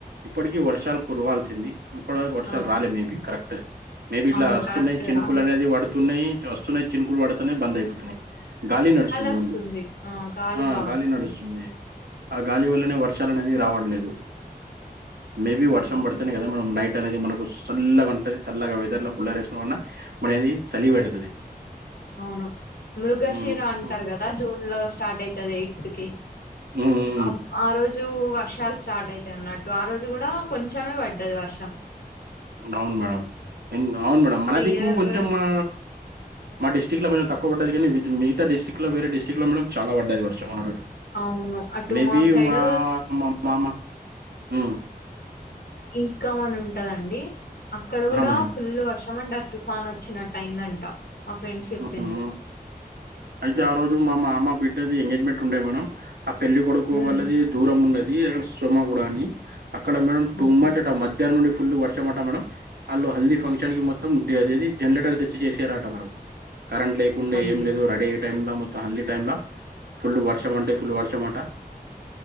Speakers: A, on the right; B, on the left.
A: ఇప్పటికీ వర్షాలు కురవాల్సింది. ఇప్పటి వరకు వర్షాలు
B: అవును
A: రాలే మేబీ కరెక్ట్ మేబి ఇట్లా
B: అవును
A: వస్తున్నాయి
B: కరెక్ట్
A: చినుకులు
B: రాలే
A: అనేది పడుతున్నాయి. వస్తున్నాయి చినుకులు పడుతున్నాయి బంద్ అయిపోతున్నాయి. గాలి నడుస్తుంది
B: వస్తుంది
A: ఓన్లీ
B: ఆ
A: ఆ
B: బాగా
A: గాలి
B: వస్తుంది
A: నడుస్తు ఆ గాలి వల్లనే వర్షాల అనేది రావడలేదు. మేబీ వర్షం పడుతనే కదా మనం నైట్ అనేది మనకు సల్లగా ఉంటుంది. చల్లగా వెదర్ లో కూలర్ వేసుకోన్న మూడు అయింది సలి పెడుతది
B: అవును మృగశిర
A: హ్మ్
B: అంటారు
A: హ్మ్
B: కదా జూన్ లో స్టార్ట్ అయితది ఎయిత్ కి
A: హ్మ్
B: అ ఆరోజు జు వర్షాలు స్టార్ట్ అయితాయి అన్నట్టు ఆ రోజు కూడా కొంచెమే పడ్డది వర్షం.
A: అవును మేడం ఇన్ అవును మేడం
B: ఎవ్రీ
A: మనదికు
B: ఇయర్
A: కొంచెం మా మా డిస్టిక్ లో కొంచం తక్కు పడ్డది కానీ, వితు మిగాత డిస్ట్రిక్ట్ లో, వేరే డిస్టిక్ లో మేడం చాల పడ్డది వర్షం ఆరోజు.
B: అవును అటు
A: మేబి
B: సైడ్
A: మా మామ ఉ
B: ఈజ్ గవన్ ఉంటదండి అక్కడ
A: ఆ!
B: కూడా
A: మేడం.
B: ఫుల్ వర్ష ఏమంట ఆ తుఫాన్ వచ్చినటైందంట మా ఫ్రెండ్స్ చెప్పిండ్రు.
A: హ్మ్. అయితే ఆ రోజు మా మామ బిడ్డది ఎంగేజ్మెంట్ ఉండే మేడమ్ ఆ పెళ్లి కొడుకు
B: హ్మ్.
A: వాళ్ళది దూరం వున్నది. ఈ అగడ సోమగూడ అని అక్కడ మేడం టూ
B: ఓకే.
A: మచ్ అట మధ్య మధ్యాహ్నం నుండి ఫుల్ వర్షమంట మేడం వాళ్ళు హల్దీ ఫంక్షన్ కి మొత్తం అది జనరేటర్ తెచ్చి చేసారట మేడం. కరెంట్ లేకుండా
B: అయ్యో!
A: ఏం లేదు రయ్ టైమలముత హల్దీ టైమ్ ల ఫుల్ వర్ష మంటే ఫుల్ వర్ష మట